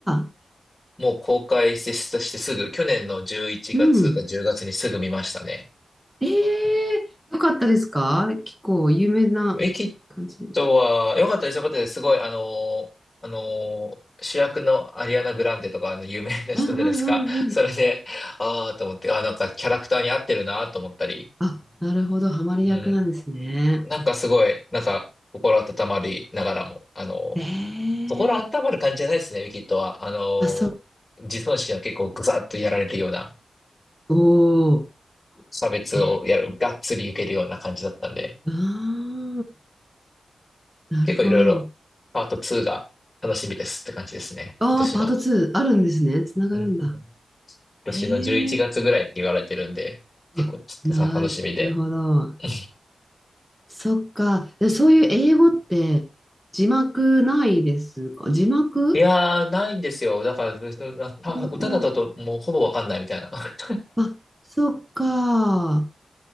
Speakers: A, in the centre; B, on the left (about 20°).
A: あ、
B: もう公開してしてすぐ、去年の11月か10月にすぐ見ましたね。
A: うん。ええーよかったですか結構有名な感じ。
B: ウィキッドは、良かったです、良かったです。すごい、あの、あの、主役のアリアナ・グランデとか、あの、有名な人じゃないですか。
A: うんうんうんうん。
B: それで、ああ、と思って、ああ、なんかキャラクターに合ってるな、と思ったり。
A: あ、なるほど、ハマり役なんですね。
B: うんなんかすごい、なんか、心温まりながらも、あの、
A: ええ
B: 心温まる感じじゃないですね、ウィキッドは。あの、
A: あ、そう。
B: 自尊心を結構グザッとやられるような、
A: おー。
B: 差別をやる、
A: え
B: がっつり受けるような感じだったんで、
A: ー、ああ、なるほど。
B: 結構いろいろ、パート2が楽しみですって感じですね、
A: ああ、
B: 今年の。
A: パート2あるんですね。つながるんだ。
B: うんうん
A: ええ
B: 今年の11月ぐらいって言われてるんで、結構ちょっとさ、
A: あ、なるほど。
B: 楽しみで。<laughs>
A: そっか。でそういう英語って字幕ないですか字幕
B: いやー、ないんですよ。だから、なた歌だったともうほぼわかんないみたいな。
A: うんうん。
B: <laughs>
A: あ、そっか。